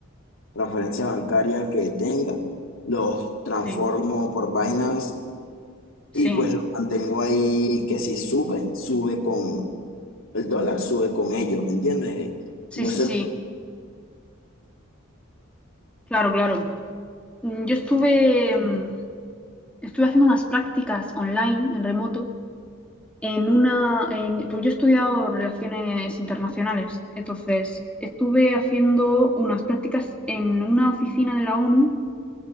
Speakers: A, on the left (about 75°); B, in the centre.
A: transferencia bancaria que tenga, los transformo
B: Sí,
A: por Binance
B: sí,
A: y pues los mantengo ahí que si sube, sube con el dólar, sube con ellos, ¿me entiendes?
B: sí,
A: Y no
B: sí,
A: se
B: sí.
A: me...
B: Claro, claro. Mm, Yo estuve, mm, estuve haciendo unas prácticas online en remoto en una, en- pues yo he estudiado relaciones internacionales, entonces estuve haciendo unas prácticas en una oficina de la ONU